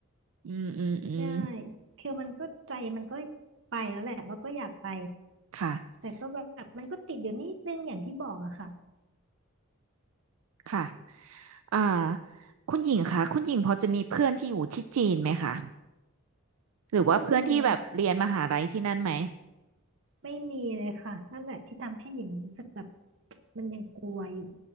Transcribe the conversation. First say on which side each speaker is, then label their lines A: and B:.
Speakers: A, on the right; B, on the right.
A: อืมอืมอืม
B: ใช่คือมันก็ใจมันก็ไปแล้วแหละว่าก็อยากไป
A: ค่ะ
B: แต่ก็แบบมันก็ติดอยู่นิดนึงอย่างที่บอกอะค่ะ
A: ค่ะอ่าคุณหญิงคะคุณหญิงพอจะมีเพื่อนที่อยู่ที่จีนไหมคะหรือว่าเพื่อนที่แบบเรียนมหาลัยที่นั่นไหม
B: ไม่มีเลยไม่มีเลยค่ะนั่นแหละที่ทำให้หญิงรู้สึกแบบมันยังกลัวอยู่